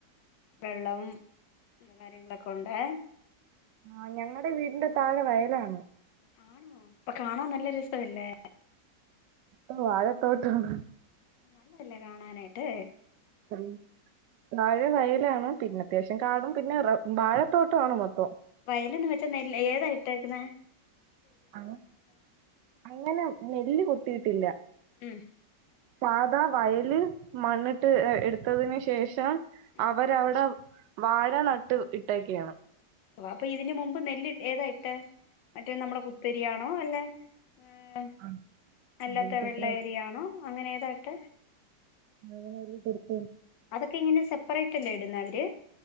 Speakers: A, on the left (about 85°); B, on the right (about 80°).
A: വെള്ളം എ കാര്യങ്ങളൊക്കെ ഉണ്ട്
B: ആ ഞങ്ങളടെ വീടിന്റെ താഴെ വയലാണ്
A: ആണോ അപ്പൊ കാണൻ നല്ല രസമല്ലേ
B: ആ വഴ തോട്ടാണ്
A: ആ നല്ലായിരി എന്നെ കാണാനായിട്ട്
B: ഉം താഴെ വയലാണ് പിന്നെ അത്യാവശ്യം കാടും പിന്നെ റബ വാഴത്തോട്ട ആണ് മൊത്തം
A: വയലൊന്ന വെച്ച നെല്ല് ഏതായിട്ടക്കുന്ന
B: അ അങ്ങനെ നെല്ല് കൊത്തിയിട്ടില്ല
A: ഉം
B: പാത വയല് മണ്ണിട്ട് എടുത്തതിന് ശേഷം
A: ഉം
B: അവരവിടെ വാഴ നട്ട് ഇട്ടേക്കെയാണ്
A: അപ്പൊ ഇതിന് മുമ്പ് നെല്ല് ഏതാ ഇട്ട് മറ്റേ നമ്മുടെ കുത്തരിയാണോ അല്ലെ <inaudible>
B: ആഹ്
A: ഉംഅല്ലാത്ത
B: അതെനിക്ക്
A: വെള്ളയരിയാണോ
B: എത്രയായിട്ട്
A: അങ്ങനെ കേട്ടെ
B: അങ്ങനെല്ല <inaudible>
A: അതൊക്കെ ഇങ്ങനെ സെപ്പററേറ്റ് ല്ല ഇടുന്ന അവര്